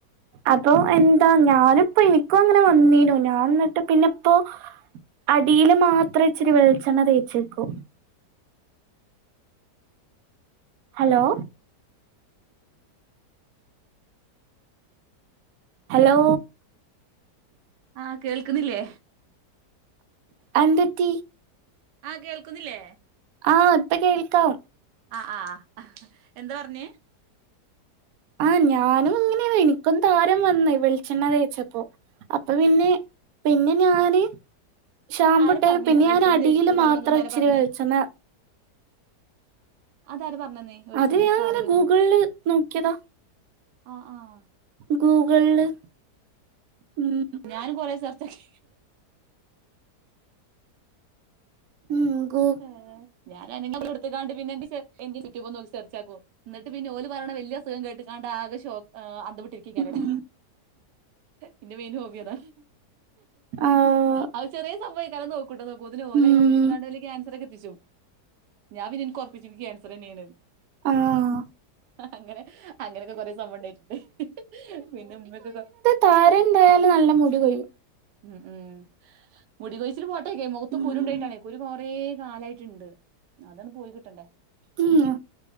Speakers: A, on the right; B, on the right.
A: അപ്പൊ എന്താന്ന് ഞാനിപ്പോയെനിക്കു അങ്ങന വന്നീലോ ഞാൻ എന്നിട്ട് പിന്നെ ഇപ്പോ അടിയില് മാത്രം ഇച്ചിരി വെളിച്ചെണ്ണ തേച്ചേക്കൂ അലോ ഹലോ
B: ആ കേൾക്ക്ന്നില്ലേ ഹ്
A: അഎന്ത് പറ്റി
B: ആ കേൾക്കുന്നില്ലേ
A: ആ ഇപ്പ കേൾക്കാം
B: ആ ആ ഹ് എന്ത് പറഞ്ഞേ
A: ആ ഞാനും ഇങ്ങനെയ ഇപ്പം താരൻ വന്ന് വെളിച്ചെണ്ണ തേച്ചപ്പോ അപ്പൊൾ പിന്നെ പിന്നെ ഞാന് ഷാമ്പുട്ട്
B: ആര് പറഞ്ഞേ
A: പിന്നെ
B: വെളിച്ചെണ്ണ
A: ഞാനടീല്
B: തേച്ചിട്ടാ തല
A: മാത്രം
B: വന്നന്ന് ആരാ
A: ഇച്ചിരി
B: പറഞ്ഞേ
A: വെളിച്ചെണ്ണ
B: അതാരാ പറഞ്ഞന്നേ വെളിച്ചം
A: അത്
B: തേച്ച്
A: ഞാനിങ്ങനെ
B: താരൻ വരുന്ന്
A: ഗൂഗ്ൾല് നോക്കിയതാ
B: അഹ് ആഹ്
A: ഗൂഗിൾള് ഉം
B: ഞാനും കൊറേ സെർച്ചെയ്
A: ഉം ഗൂ
B: ഏഹ് ഞാന <unintelligible> എട്ത്തുങ്ങാണ്ട് പിന്നെ എന്റെ സെർ <unintelligible> യൂട്യൂബ്യും നോക്കി സെർച്ചാക്കോ എന്നിട്ട് പിന്നെ ഓല് പറയണ വെല്ല്യ അസുഖം കേട്ട്ങ്ങാണ്ട് ആകെ ഷോ ആഹ് അന്തം വിട്ടി ട്ടിരിക്കാരോട
A: ഉം
B: എന്റെ മെയിൻ ഹോബിയതാ
A: ആഹ്
B: അത് ചെറിയ സംഭവ <unintelligible> നോക്കുട്ട നോക്കുമ്പത്തന്നെ ഓലയ്മെ
A: ഉം
B: പുടിച്ച്ങ്ങാണ്ട് അയില് ക്യാൻ <unintelligible> ച്ചു ഞാൻ പിന്നയെനിക്കുറപ്പിച്ചു നിക്ക് ക്യാൻസറന്നേണ്ന്ന്
A: ആഹ്
B: അങ്ങനെ അങ്ങനൊക്കെ കൊറേ സംഭവുണ്ടായിട്ടുണ്ട് പിന്നുമ്മയൊക്കെ കൊ
A: താരെണ്ടായാല് നല്ല മുടി കൊഴിയും
B: ഉം ഉം മുടി കൊയ്ച്ചില് പോട്ടേക്ക മുഖത്ത്
A: ഉം
B: കുരുണ്ടായിട്ടാണ്‌ കുരു കൊറേ കാലായ്ട്ടിണ്ട് അതങ്ങട് പോയി കിട്ടണ്ടേ
A: ഉം